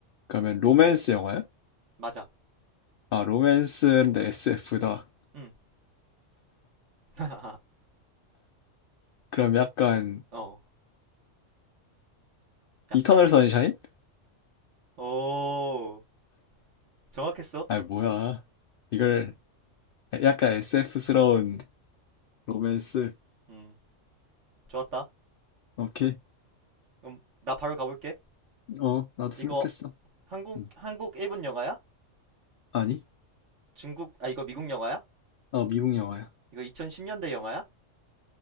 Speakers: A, on the left (about 60°); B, on the right (about 65°).
A: 그러면 로맨스 영화야?
B: 맞아.
A: 아, 로맨스인데 SF다.
B: 음, <laughs>
A: 그럼 약간
B: 어, 약간.
A: 이터널 선샤인?
B: 오, 정확했어.
A: 아, 뭐야. 이걸 약간 SF스러운 로맨스.
B: 음, 좋았다.
A: 오케이.
B: 그럼 나 바로 가볼게.
A: 어, 나도 생각했어.
B: 이거 한국,
A: 음,
B: 한국 일본 영화야?
A: 아니?
B: 중국, 아, 이거 미국 영화야?
A: 어, 미국 영화야.
B: 이거 2010년대 영화야?